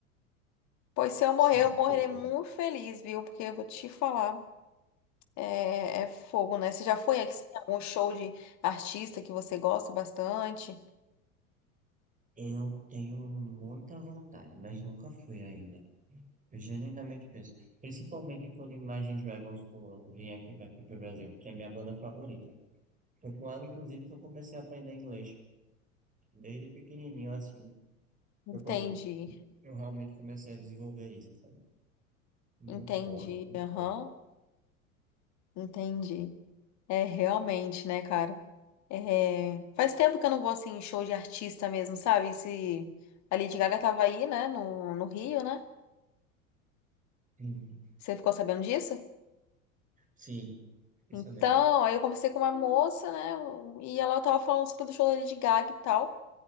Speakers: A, on the left; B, on the right.
A: Pois se eu morrer,
B: sim,
A: eu morrerei
B: concordo.
A: muito feliz, viu? Porque eu vou te falar, é, é fogo, né? Você já foi assim, a algum show de artista que você gosta bastante?
B: Eu tenho muita vontade, mas nunca fui ainda. Eu genuinamente penso, principalmente quando Imagine Dragons for, vir aqui para aqui para o Brasil, que é a minha banda favorita. Foi com ela, inclusive, que eu comecei a aprender inglês. Desde pequenininho, assim.
A: Entendi,
B: Foi quando eu realmente comecei a desenvolver isso, sabe? Muito
A: entendi,
B: bom, muito
A: aham,
B: bom.
A: entendi. É, realmente, né, cara? É, faz tempo que eu não vou, assim, em show de artista mesmo, sabe? Se a Lady Gaga tava aí, né, no, no Rio, né?
B: Sim,
A: Você ficou sabendo disso?
B: sim. Fiquei
A: Então,
B: sabendo.
A: aí eu conversei com uma moça, né, e ela tava falando sobre o show da Lady Gaga e tal.